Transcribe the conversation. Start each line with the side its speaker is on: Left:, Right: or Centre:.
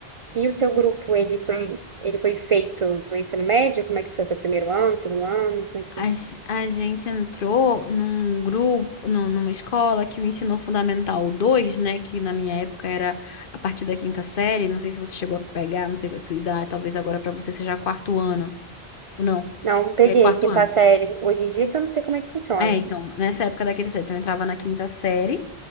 Right: e o seu grupo, ele foi, ele foi feito no ensino médio? Como é que foi? Foi primeiro ano, segundo ano? Como é que...
Left: A, ge- a gente entrou num grupo, num- numa escola que o ensino fundamental 2 né, que na minha época era a partir da quinta série, não sei se você chegou a pegar, não sei a sua idade, talvez agora pra você seja quarto ano, ou não,
Right: Não, peguei
Left: é quarto
Right: quinta
Left: ano.
Right: série. Hoje em dia que eu não sei como é que funciona.
Left: É, então, nessa época da quinta série, então eu entrava na quinta série,